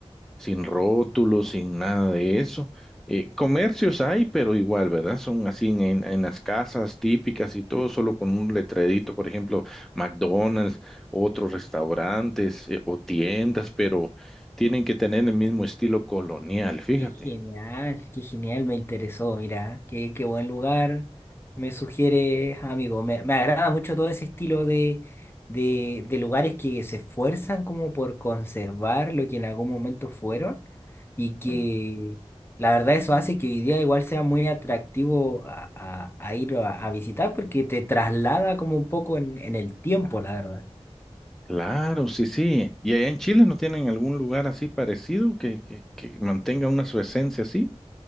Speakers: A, in the centre; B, on the left.
A: sin rótulos, sin nada de eso. Eh, comercios hay, pero igual, ¿verdad? Son así en, en- en las casas típicas y todo, solo con un letrerito, por ejemplo, McDonald's, otros restaurantes eh, o tiendas, pero tienen que tener el mismo estilo colonial, fíjate.
B: Qué genial, qué genial, me interesó, mira, qué, qué buen lugar me sugieres, amigo. Me, me agrada mucho todo ese estilo de, de, de lugares que se esfuerzan como por conservar lo que en algún momento fueron y que
A: Mm,
B: la verdad eso hace que hoy día igual sea muy atractivo a, a- a ir a, a visitar porque te traslada como un poco en, en el tiempo, la verdad.
A: Claro, sí, sí. ¿Y allá en Chile no tienen algún lugar así parecido que, que, que mantenga una su esencia así?